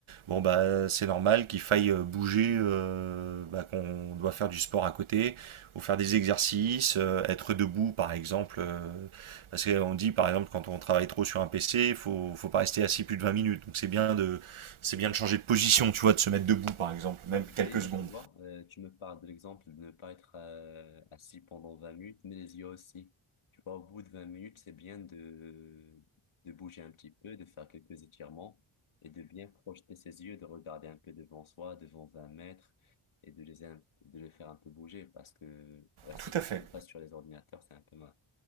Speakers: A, on the right; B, on the left.
A: Bon, bah, c'est normal qu'il faille euh, bouger, euh, bah, qu'on doit faire du sport à côté, ou faire des exercices, euh, être debout par exemple. euh, parce qu'on dit par exemple, quand on travaille trop sur un PC, il faut, faut pas rester assis plus de 20 minutes. Donc c'est bien de, c'est
B: C'est
A: bien
B: ça.
A: de changer de position, tu vois, de se mettre debout par exemple, même
B: Ouais, d'ailleurs,
A: quelques secondes.
B: tu vois, euh, tu me parles de l'exemple de ne pas être euh, assis pendant 20 minutes, mais les yeux aussi. Tu vois, au bout de vingt minutes, c'est bien de, de bouger un petit peu, de faire quelques étirements et de bien projeter ses yeux, de regarder un peu devant soi, devant 20 mètres et de les, un- de les faire un peu bouger parce que rester
A: Tout
B: concentré
A: à fait.
B: sur les ordinateurs, c'est un peu mal.